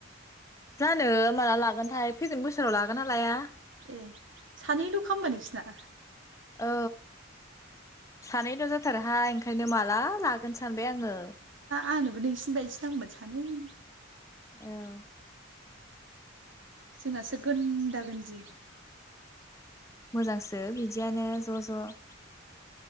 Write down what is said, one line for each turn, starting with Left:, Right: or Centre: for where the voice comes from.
Left: जानो माला लागोनथाय फैगोन बोसोराव लागोन ना लाया
Right: ए सानैल' खा होनबा नोंसिना
Left: औ सानैल' जाथारहाय ओंखायनो मा ला लागोन सानबाय आङो
Right: आंनोबो नोंसिनि बायदिसो नांगौमोन सानै
Left: औ
Right: जोंनासो गोनदा गोनदि
Left: मोजांसो बिदियानो ज' ज'